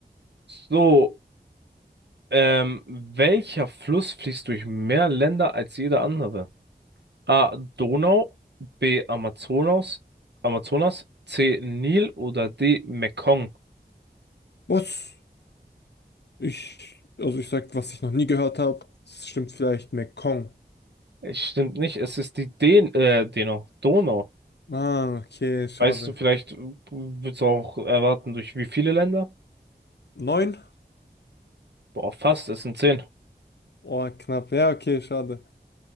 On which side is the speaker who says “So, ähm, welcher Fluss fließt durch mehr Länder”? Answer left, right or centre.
Right